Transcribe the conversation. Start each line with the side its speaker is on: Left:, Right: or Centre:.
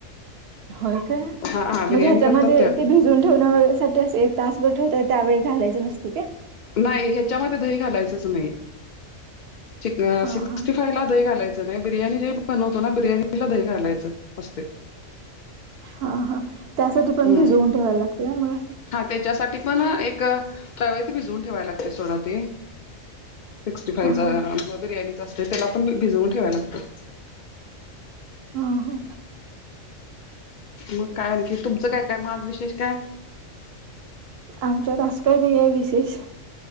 Right: होय काय
Left: हा हा बिर्याणी
Right: मग ह्याच्यामध्ये
Left: करतात त्या
Right: ते भिजून ठेवणं वगैरेसाठी त्यास एक तास बर ठेवतय त्यावेेळी घालायचं नसते काय?
Left: नाही ह्याच्यामध्ये दही घालायचच नाही चिकन
Right: हा
Left: शिक्सिफाय
Right: हा.
Left: खायला दही घालायचं नाही बिर्याणी जे बनवतो ना बिर्याणीला दही घालायचं असतय.
Right: हा हा. त्यासाठी पण
Left: हम्म
Right: भिजवून ठेवायला लागतंय व्हय मग असं?
Left: हा त्याच्यासाठी पण एक त्यावेळी ती भिजवून ठेवायला लागते सोडा ते. सिक्स्टी फाईवचा
Right: हा हा.
Left: मग बिर्याणीचा असतंय त्याला पण भिजवून ठेवाय लागतं.
Right: हा हा.
Left: मग काय आणखी तुमचं काय काय मग आज विशेष काय?
Right: आमच्यात आज काही नाहीये विशेष.